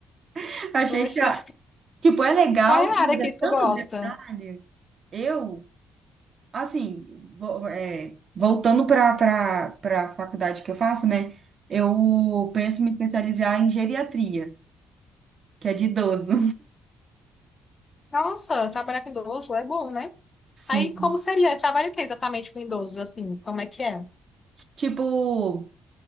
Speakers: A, on the right; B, on the left.
A: <laughs> Achei
B: Poxa,
A: chato. Tipo, é legal,
B: qual é a
A: mas
B: área que
A: é
B: tu
A: tanto
B: gosta?
A: detalhe. Eu, assim, vo- é, voltando para para a faculdade que eu faço, né? Eu penso me especializar em geriatria, que é de idoso.
B: Nossa, trabalhar com idoso é bom, né?
A: <laughs> Sim.
B: Aí como seria? Trabalha o que exatamente com idosos, assim? Como é que é?
A: Tipo,